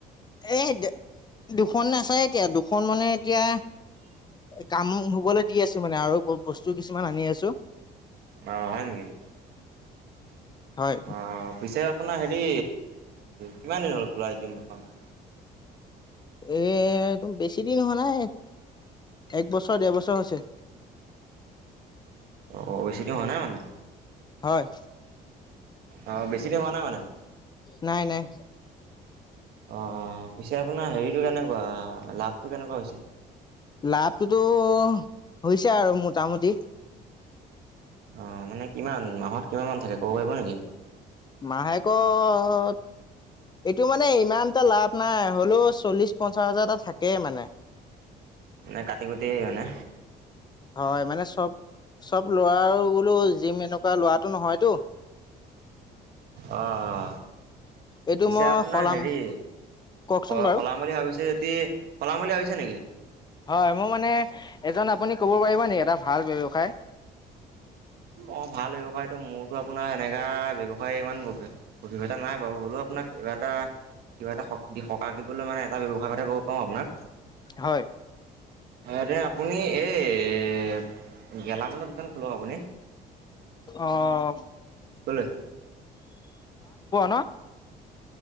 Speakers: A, on the left (about 25°); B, on the right (about 70°).
A: এই, দু দুখননে আছে এতিয়া দুখ ফোন মানে এতিয়া, কাম হবলৈ দি আছো মানে আৰু বস্তু কিছুমান আনি আছো।
B: অ হয় নেকি?
A: হয়
B: অ পিছে আপোনাৰ হেৰি কিমান দিন হ'ল খোলা জিম দুখন?
A: এ বেছি দিন হোৱা নাই। এক বছৰ ডেৰ বছৰ হৈছে।
B: অ-অ বেচিতি হোৱা নাই মানে।
A: হয়।
B: অ বেছি দি হোৱা নাই মানে?
A: নাই-নাই।
B: অ-অ পিছে আপোনাৰ হেৰিটো কেনেকুৱা লাভটো কেনেকুৱা হৈছে?
A: লাভটোতো হৈছে আৰু মোটামুটি।
B: অ মানে কিমান মাহত কিমান মান থাকে ক'ব পাৰিব নেকি?
A: মাহেকত এইটো মানে ইমানটা লাভ নাই হলেও চল্লিশ পঞ্চাশ হাজাৰ এটা থাকেই মানে। <inaudible>
B: মানে কাটি কুটি মানে
A: হয় মানে চব চব লৰাৰো বোলো জিম এনেকুৱা লৰাটো নহয়তো।
B: অহঁ।
A: এইটো
B: পিছে
A: মই
B: আপোনাৰ
A: সলাম
B: হেৰি,
A: কওকচোন
B: স
A: বাৰু
B: সলাম বুলি ভাবিছে যদি পলাম বুলি ভাবিছে নেকি?
A: হয় মোৰ মানে, এজন আপুনি কব পাৰিব নেকি এটা ভাল ব্যৱসায়৷
B: অ ভাল ব্যৱসায়তটো মোৰতো আপোনাৰ এনেকা ব্যৱসায় ইমান অভিজ্ঞতা নাই বাৰু হ'লেও আপোনাৰ কিবা এটা, কিবা এটা, সকাহ দিবলৈ মানে এটা ব্যৱসায়ৰ কথা ক'ব পাৰোঁ আপোনাক
A: হয়
B: হয়', দে, আপুনি এই এ', গেলামানৰ দোকান খোলক আপুনি
A: আহ',।
B: ক'লৈ?
A: ন